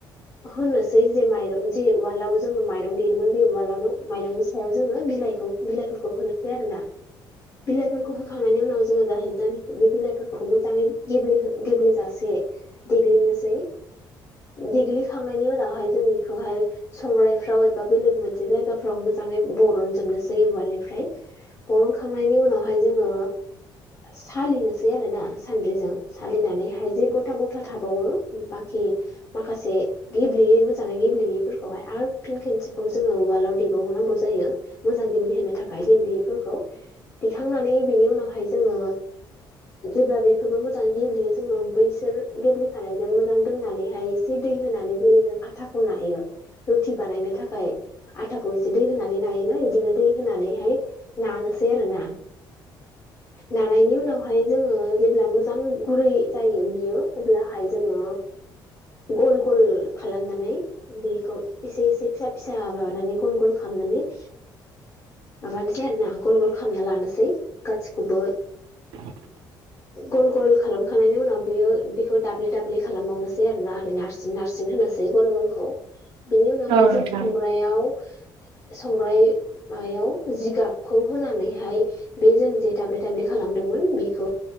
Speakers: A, on the left (about 40°); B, on the right (about 90°).
A: होनोसै जे माइरं जे उवालाव जोङो माइरं देदोंमोन बे उवालावनो माइरंनि सायाव जोङो बिलाइखौ बिलाइफोरखौ होनोसै आरो ना। बिलाइफोरखौ होखांनायनि उनाव जोङो गाहेन जों बे बिलाइफोरखौबो मोजाङै गेब्ले गेब्लेेजासे देग्लिनोसै देग्लिखांनायनि उनावहाय जों इखौहाय संग्राइफ्राव एबा बेलेग मोनसे जायगाफ्राव मोजाङै बरनजोबनोसै उवालनिफ्राय। बरनखांनायनि उनावहाय जोङो सालिनोसै आरो ना सान्द्रिजों सालिनानैहाय जे गथा गथा थाबावो बाखि माखासे गेब्लेयै मोजाङै गेब्लेयैफोर खौ हाय आरो फिन खनसेखौ जोङो उवालाव देबावनांगौ जायो। मोजां गेब्लेहोनो थाखाय गेब्लेयैफोरखौ देखांनानै बिनि उनावहाय जोङो जेब्ला बेफोरबो मोजाङै गेब्लेयो जोङो बैसोर गेब्लेखानायजों मोजां दोननानैहाय जे दै होनानै जेरै जों आथाखौ नायो रुटि बानायनो थाखाय आथाखौ एसे दै होनानै नायोना बिदिनो दै होनानैहाय नानोसै आरो ना नानायनि उनावहाय जोंङो जेब्ला मोजां गुरै जायो बियो अब्लाहाय जोंङो गल गल खालामनानै बेखौ एसे एसे फिसा फिसा माबानानै गन गल खालामनानै माबानोसै आरो ना गल गल खालामना लानोसै गासिखौबो
B: <inaudible>
A: गल गल खालामखांनायनि उनाव बियो बेखौ दाब्लि दाब्लि खालामबावनोसै आरो ना नार्स नारसिन होनोसै गल गलखौ बिनि उनावहाय
B: औ
A: जों
B: नोंथां
A: संग्रायाव संग्राय मायाव जिगाबखौ होनानैहाय बे जों जे दाब्ले दाब्ले खालामदोंमोन बेखौ